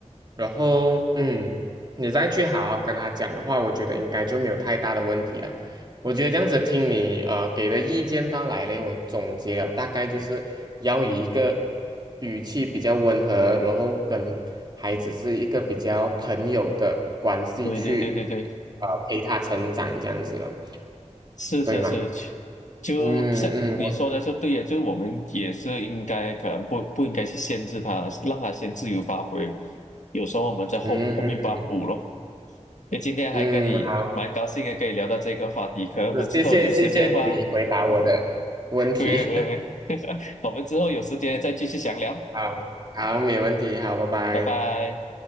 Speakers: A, on the right (about 35°); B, on the left (about 80°).
A: 然后嗯，你再去好好跟他讲的话，我觉得应该就没有太大的问题了。我觉得这样子听你呃给的意见到来呢，我总结了大概就是要以一个语气比较温和，然后跟孩子是一个比较朋友的关系去
B: 对对对对对。
A: 呃陪他成长这样子了，
B: 是是是，
A: 对吗？
B: 就像你说的就对呀，
A: 嗯嗯，我
B: 就是我们也是应该可能不不应该去限制他，让他先自由发挥。有时候我们在后后面把他补咯。
A: 嗯
B: 那今天还跟你蛮高兴的，
A: 嗯好，
B: 可以聊到这个话题。可能我们之后有时间的话，
A: 是谢谢谢谢你回答我的问题，
B: <laughs> 不会不会不会，
A: <laughs>
B: <laughs> 我们之后有时间再继续详聊。
A: 好好没问题，好，拜拜。
B: 拜拜。